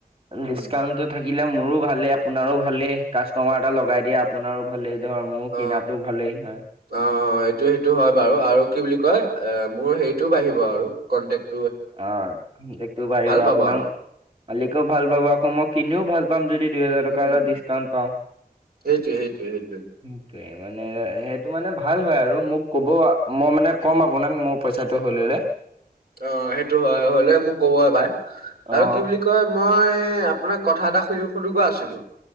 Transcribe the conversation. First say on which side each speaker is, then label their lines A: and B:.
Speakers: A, on the right; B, on the right.
A: উম
B: ডিছকাউণ্টটো থাকিলে মোৰো ভালে আপোনাৰো ভালে কাষ্টমাৰ এটা লগাই দিয়া আপোনাৰো ভালেই ধৰ মোৰ
A: অ
B: কিনাতোও ভালেই হয়
A: অ এইটো সেইটো হয় বাৰু আৰু কি বুলি কয় মোৰ হেৰিটোও বাঢ়িব কন্টেক্ট
B: অ বাঢ়িব
A: পাব
B: আপোনাক
A: আৰু
B: মালিকেও ভাল পাব আকৌ মই কিনিও ভাল পাম যদি দুইহেজাৰ
A: উম
B: টকা এটা ডিছকাউণ্ট পাওঁ
A: সেইটোৱে সেইটোৱে সেইটোৱে
B: উম‌ সেইটোৱে মানে সেইটো মানে ভাল হয় আৰু মোক ক'ব মই মানে ক'ম আপোনাক মোৰ পইচাটো হৈ ল'লে
A: অ সেইটো হয় হলে মোক কব এবাৰ
B: অ',
A: আৰু কি বুলি কয় মই আপোনাক কথা এটা শুধু-শুধু কৈ আছিলোঁ।